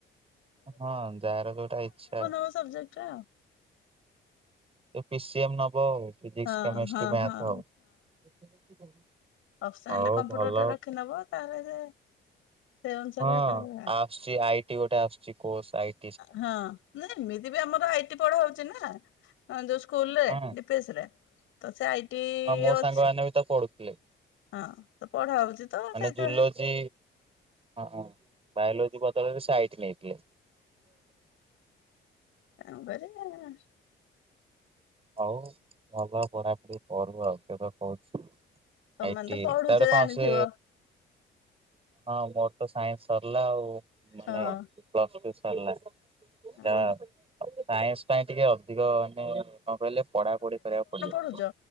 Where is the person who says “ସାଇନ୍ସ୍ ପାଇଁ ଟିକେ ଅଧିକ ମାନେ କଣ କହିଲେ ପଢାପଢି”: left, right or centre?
Right